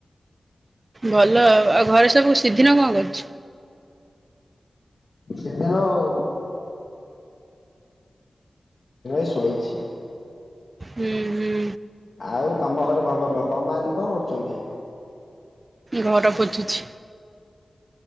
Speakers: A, on the right; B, on the left.
A: ଭଲ ଆଉ ଆଉ ଘରେ ସବୁ ସିଦ୍ଧିନ କଣ କରୁଚି?
B: ସିଦ୍ଧିନ ଆଉ <unintelligible> ଶୋଇଚି।
A: ହୁଁ ହୁଁ।
B: ଆଉ ତମ ଘରେ ଖବର କହ ମାମଲି କଣ କରୁଚନ୍ତି?
A: ଘର ପୋଚୁଛି।